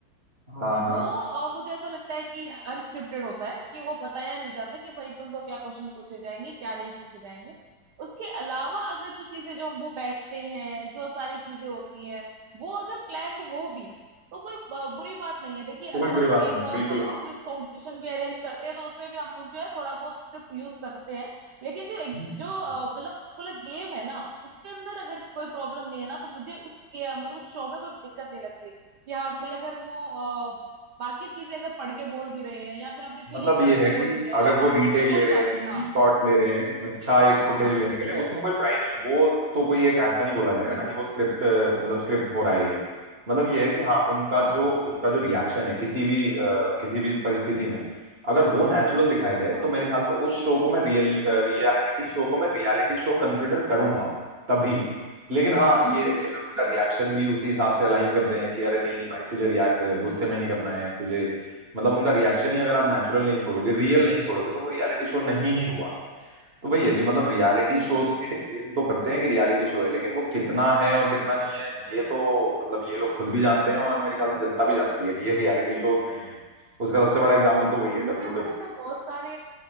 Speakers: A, on the right; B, on the right.
A: हाँ हाँ
B: वो अ, मुझे ऐसा लगता है कि अनस्क्रिप्टेड होता है कि वो बताया नहीं जाता कि भाई तुमको क्या क्वेश्चन पूछे जाएंगे क्या नहीं पूछे जाएंगे उसके अलावा अगर जो चीजें जो हम वो बैठते हैं जो सारी चीजें होती हैं वो अगर प्लान्ड हो भी तो कोई ब- बुरी बात नहीं है देखिए
A: तो कोई
B: अगर
A: बुरी
B: हम
A: बात
B: कोई
A: नहीं है
B: नॉर्मल
A: बिल्कुल
B: क्विज
A: हाँ
B: कंपटीशन भी अरेंज करते हैं तो उसमें भी हम लोग जो है थोड़ा बहुत स्क्रिप्ट यूज करते हैं लेकिन जो एक-
A: हम्म,
B: जो अ, मतलब पूरा गेम है ना उसके अंदर अगर कोई प्रॉब्लम नहीं है ना तो मुझे उसके मतलब उस शो में कोई दिक्कत नहीं लगती कि हाँ भाई अगर वो बाकी चीजें अगर पढ़ के बोल भी रहे हैं या फिर अपनी फीलिंग
A: मतलब
B: पढ़
A: ये
B: के
A: है कि
B: बोल भी रहे
A: अगर
B: हैं
A: वो रीटेक
B: तो
A: ले
B: कोई
A: रहे
B: बात
A: हैं
B: नहीं हाँ
A: रीशॉट्स ले रहे हैं अच्छा
B: हाँ
A: एक फुटेज
B: हाँ हाँ
A: लेने के लिए
B: बिल्कुल
A: उसमें कोई बुराई नहीं है वो तो कोई एक ऐसा नहीं बोला जाएगा
B: बिल्कुल
A: ना कि वो स्क्रिप्ट मतलब स्क्रिप्ट हो रहा है ये मतलब ये है कि हाँ उनका
B: हाँ
A: जो उनका जो रिएक्शन है किसी भी अ, किसी भी परिस्थिति में अगर वो नेचुरल दिखाया जाए
B: हाँ
A: तो मेरे ख्याल से उस शो को मैं रियल
B: हम्म,
A: रियलिटी शो को मैं रियलिटी शो कंसिडर करूंगा तभी लेकिन हाँ
B: बिल्कुल
A: ये है कि अगर उनका
B: हम्म
A: रिएक्शन भी उसी हिसाब से अलाइन कर दें कि अरे नहीं नहीं भाई तुझे रिएक्ट गुस्से में नहीं करना है तुझे मतलब उनका रिएक्शन ही अगर आप नेचुरल नहीं छोड़ोगे रियल नहीं छोड़ोगे तो वो रियलिटी शो नहीं ही हुआ तो वही है कि मतलब रियलिटी
B: बिल्कुल
A: शोज को ये क्लेम तो करते हैं कि रियलिटी शो है लेकिन वो कितना है और कितना नहीं है ये तो मतलब ये लोग खुद भी जानते हैं और अब मेरे ख्याल से जनता भी जानती है कि ये रियलिटी शोज नहीं है उसका सबसे बड़ा एग्जाम्पल तो वही है
B: मुझे
A: डब्ल्यू
B: ऐसा
A: डब्ल्यू
B: लगता है बहुत सारे